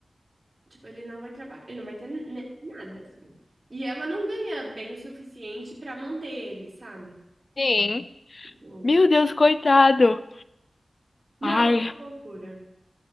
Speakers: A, on the right (about 30°); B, on the left (about 50°).
A: tipo, ele não vai trabalhar, ele não vai ter ne- nada, assim. E ela não ganha bem o suficiente pra manter ele, sabe?
B: Sim.
A: Tipo,
B: Meu Deus, coitado.
A: não,
B: Ai.
A: é muita loucura.